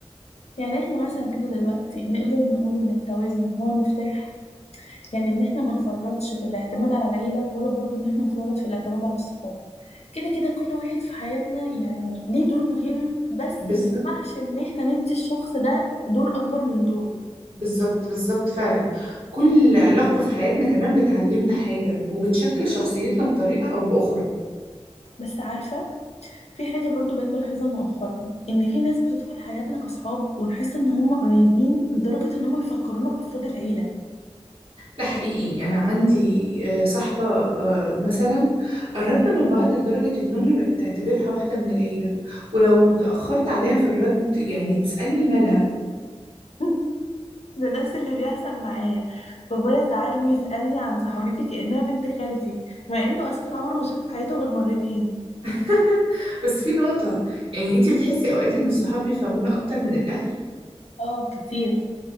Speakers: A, on the left; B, on the right.
A: يعني احنا مثلا كده دلوقتي نقدر نقول ان التوازن هو المفتاح يعني ان احنا ما نفرطش في الاعتماد على العيلة ولا برضو ان احنا نفرط في الاعتماد على الصحاب كده كده كل واحد في حياتنا يعني ليه دور مهم بس
B: بالظبط
A: ما ينفعش ان احنا ندي الشخص ده دور اكبر من دوره
B: بالظبط بالظبط فعلا كل علاقة في حياتنا كمان بتعلمنا حاجة وبتشكل شخصيتنا بطريقة أو بأخرى
A: بس عارفة في حاجة برضو بقيت بلاحظها مؤخرا إن في ناس بتدخل حياتنا كصحاب ونحس إن هم قريبين لدرجة إن هم بيفكرونا بأفراد العيلة
B: ده حقيقي أنا عندي آه، صاحبة آه، مثلا قربنا من بعض لدرجة إن أمي بقت تعتبرها واحدة من العيلة ولو اتأخرت عليها في الرد يعني تسألني مالها
A: <laughs> ده نفس اللي بيحصل معايا بابايا ساعات بيسألني عن صاحبتي كأنها بنت خالتي مع إنه أساسا عمره ما شافها في حياته غير مرتين
B: <laughs> بس في نقطة يعني أنتي بتحسي أوقات إن الصحاب بيفهمونا أكتر من الأهل
A: آه كتير